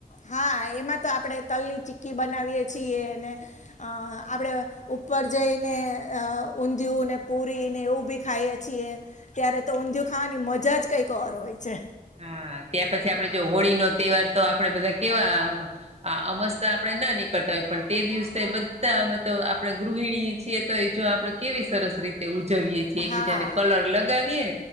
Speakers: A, on the left (about 50°); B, on the right (about 40°).
A: હા, એમાં તો આપણેે તલ ની ચી્કી બનાવીયએ છીએને. અ આપડે ઉપર જઈને અ ઊંધિયું ને પૂરી ને એવું બી ખાઈએ છીએ ત્યારે તો ઊંધિયું ખાવાની મજા જ કંઈક ઔર હોય છે.
B: હા, ત્યાર પછી આપડે જો હોળી નો તહેવાર તો આપડે બધા કેવા આ અમસ્તા આપણે ના નીકળતા હોય પણ તે દિવસે બધા અમે તો આપણે ગૃહિણી છીએ તોય જો આપણે કેવી સરસ રીતે ઉજવીય છીએ
A: હા
B: એકબીજાને કલર લગાવીએ